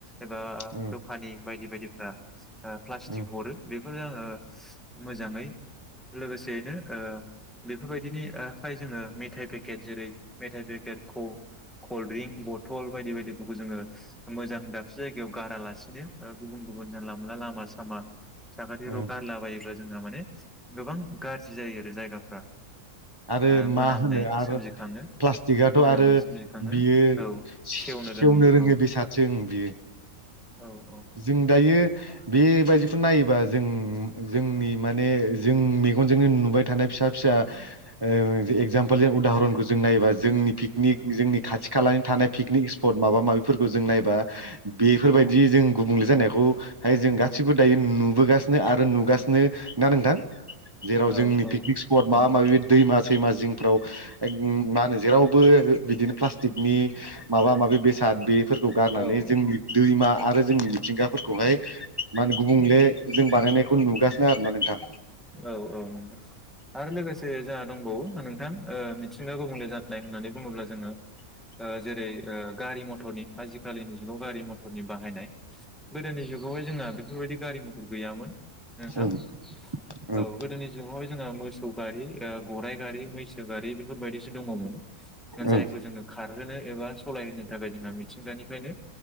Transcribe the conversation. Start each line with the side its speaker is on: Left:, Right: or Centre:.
Centre: एबा
Right: उम
Centre: दखानि बायदि बायदि ओ प्लास्टिक
Right: उम
Centre: हरो बे बे आङो मोजाङै लोगोसेयैनो बेफोरबायदिनि फाय जोङो मेथाइ पेकेट जेरै मेथाइ पेकेट कल्ड्रिंक बथल बायदि बायदिफोरखौ जोङो मोजां दाबसे जायगायाव गारालासिनो गुबुन गुबुन जानला मोनला लामा सामा साखाथिफोराव
Right: उम
Centre: गारलाबायोब्ला जोंहा माने गोबां गाज्रि जायो आरो जायगाफ्रा।
Right: आरो
Centre: ओ
Right: मा
Centre: मोनामनाय
Right: होनो आरो
Centre: सोमजिखाङो
Right: प्लास्टिकआथ'
Centre: मोनामनाय
Right: आरो
Centre: सोमजिखाङो
Right: बियो
Centre: औ
Right: सेवनो
Centre: रोङि
Right: रोङै
Centre: औ
Right: बेसादसो बियो
Centre: औ
Right: जों दायो बेबायदिखौ नायोबा जों जोंनि माने जों मेगनजोंनो नुबाय थानाय फिसा फिसा ओ एगजामपोल जों उदाहरनखौ जों नायोबा जोंनि पिकनिक जोंनि खाथि खालानि थानाय पिकनिक स्पट माबा माबिफोरखौ जों नायबा बेफोरबायदि जों जानायखौहाय जों गासिबो दायो नुबोगासिनो आरो नुगासिनो ना नोंथां। जेराव जोंनि
Centre: औ औ
Right: पिकनिक स्पट
Centre: नंगौ
Right: माबा माबि दैमा सैमा जिंफ्राव मा होनो जेरावबो बिदिनो प्लास्टिकनि माबा माबि बेसाद बेफोरखौ गारनानै
Centre: औ औ
Right: जोंनि दैमा आ जोंनि मिथिंगाफोरखौहाय मा होनो गुबुंले जों बानायनाय बेखौ नुगासिनो आरोना नोंथां।
Centre: औ औ आरो लोगोसे जोंहा दंबावो नोंथां। ओ मिथि- मिथिंग गुबुंले जानाय होननानै बुङोब्ला जोङो जेरै गारि मथरनि आजिखालिनि जुगाव गारि मथरनि बाहायनाय गोदोनि जुगावहाय जोंङो बेफोरबायदि गारि मथर गैयामोन। नोंथां
Right: ओं
Centre: औ
Right: ओं
Centre: गोदोनि जुगाव जोंहा मोसौ गारि ओ गराइ गारि मैसो गारि बेफोरबायदिसो दङोमोन। जायखौ
Right: ओं
Centre: जोंङो खार होनो एबा सालायहोनो थाखाय जोंहा मिथिंगानिफ्रायनो